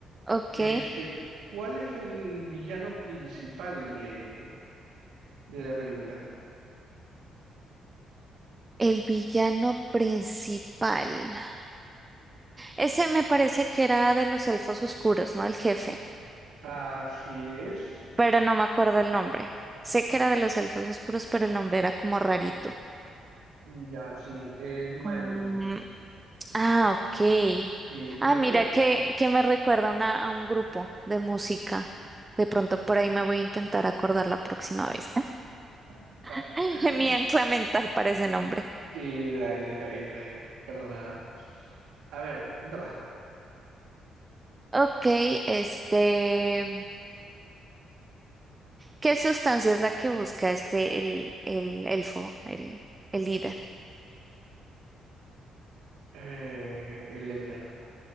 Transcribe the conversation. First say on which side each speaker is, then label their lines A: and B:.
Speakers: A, on the right (about 20°); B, on the right (about 90°).
A: Ok,
B: Este, ¿cuál es el villano principal de, de la película?
A: el villano principal. Ese me parece que era de los elfos oscuros, ¿no? El jefe,
B: Así es.
A: pero no me acuerdo el nombre. Sé que era de los elfos oscuros, pero el nombre era como rarito.
B: Ya, sí, es Malekith.
A: Mm, ah, ok.
B: Sí, recuerdo.
A: Ah, mira que, que me recuerda a una, a un grupo de música. De pronto por ahí me voy a intentar acordar la próxima vez.
B: <laughs>
A: <laughs> Mi ancla mental para ese nombre.
B: Y dale, dale, está bien. Perdonada. A ver, te toca.
A: Ok, este, ¿qué sustancia es la que busca este, el, el elfo, el, el líder?
B: Eh, el éter.